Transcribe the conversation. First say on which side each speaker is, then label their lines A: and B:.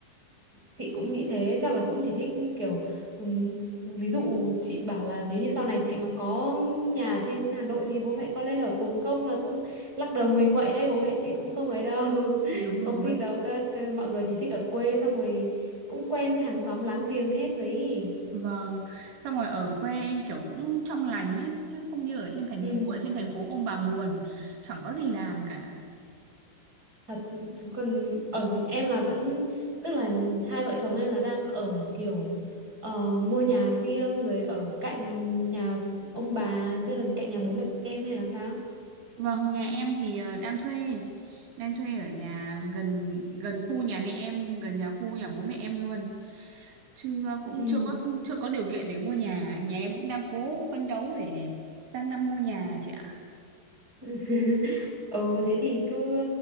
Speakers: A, on the right; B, on the right.
A: chị cũng nghĩ thế chắc là cũng chỉ thích kiểu ừm, ví dụ chị bảo là nếu như sau này chị mà có nhà trên Hà Nội thì bố mẹ có lên ở cùng không là cũng lắc đầu nguầy nguậy đấy bố mẹ chị cũng không ấy đâu <laughs>
B: đúng
A: không
B: rồi
A: thích đâu các các- mọi người chỉ thích ở quê xong rồi cũng quen hàng xóm láng giềng hết rồi ý.
B: vâng xong rồi ở quê em kiểu cũng trong lành ấy chứ không như ở trên thành
A: ừ
B: phố ở trên thành phố ông bà buồn chẳng có gì làm cả
A: thật chứ còn ở em là vẫn tức là hai vợ chồng em là đang ở kiểu ờ, mua nhà riêng rồi ở cạnh nhà ông bà tức là cạnh nhà bố mẹ em hay là sao
B: Vâng, nhà em thì ờ, đang thuê, đang thuê ở nhà gần gần khu nhà mẹ em, gần nhà khu nhà bố mẹ em luôn. Chưa cũng
A: ừ
B: chưa có chưa có điều kiện để mua nhà, nhà em cũng đang cố phấn đấu để sang năm mua nhà chị ạ.
A: <laughs> ừ thế thì cứ